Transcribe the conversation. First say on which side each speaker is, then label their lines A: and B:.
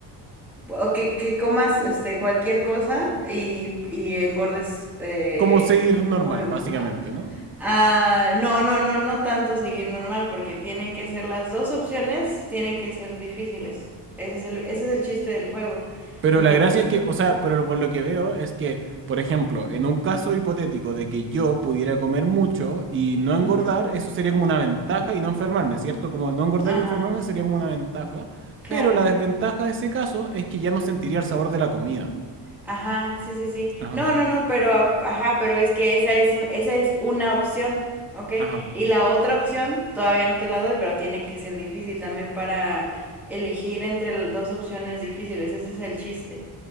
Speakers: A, in the centre; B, on the right.
A: o que, que comas este cualquier cosa y, y engordes eh,
B: Como seguir
A: muy
B: normal, básicamente, ¿no?
A: Ah, no, no, no, no tanto seguir normal, porque tienen que ser las dos opciones, tienen que ser difíciles. Ese es el, ese es el chiste del juego.
B: Pero
A: Entonces,
B: la gracia es que, o sea, pero por lo que veo es que, por ejemplo, en un caso hipotético de que yo pudiera comer mucho y no engordar,
A: ujú,
B: eso sería como una ventaja y no enfermarme, ¿cierto? Como no engordar
A: ajá,
B: y enfermarme sería como una ventaja,
A: claro.
B: pero la desventaja de ese caso es que ya no sentiría el sabor de la comida.
A: Ajá, sí, sí, sí.
B: Ajá,
A: No, no, no, pero, a- ajá, pero es que esa es, un- esa es una opción, ¿ok?
B: ajá,
A: Y la otra opción todavía no te la doy, pero tiene que ser difícil también para elegir entre las dos opciones difíciles. Ese es el chiste.